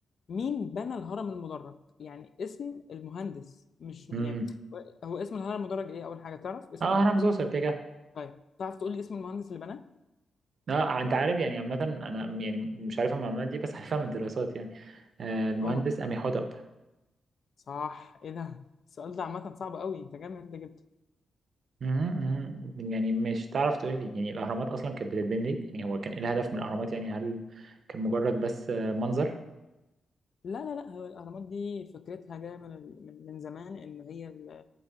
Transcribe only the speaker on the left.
مين بنى الهرم المدرج يعني اسم المهندس مش يعني
هو اسم الهرم المدرج ايه اول حاجه تعرف اسمه
ايه
طيب تعرف تقول لي اسم المهندس اللي بناه
اوه
صح ايه ده السؤال ده عامه صعب قوي انت جامد انت جدا
لا لا لا هو الأهرامات دي فكرتها جاية من ال- من من زمان إن هي ال-